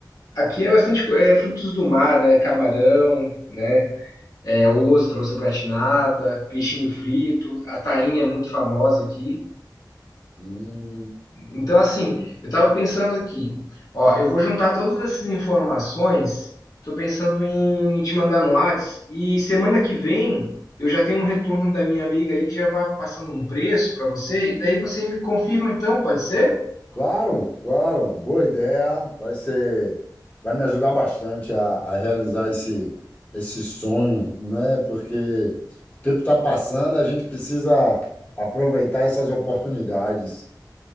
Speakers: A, on the left; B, on the left.
A: Aqui é bastante é, frutos do mar, né? Camarão, né? É, ostra, ostra gratinada, peixinho frito, a tainha é muito famosa aqui.
B: Hum,
A: Então, assim, eu estava pensando aqui, ó, eu vou juntar todas essas informações, estou pensando em te mandar no Whats, e semana que vem eu já tenho um retorno da minha amiga ali que já vai passando um preço para você, e daí você me confirma então, pode ser?
B: Claro, claro, boa ideia. Vai ser, vai me ajudar bastante a, a realizar esse, esse sonho, né? Porque o tempo está passando, a gente precisa aproveitar essas oportunidades.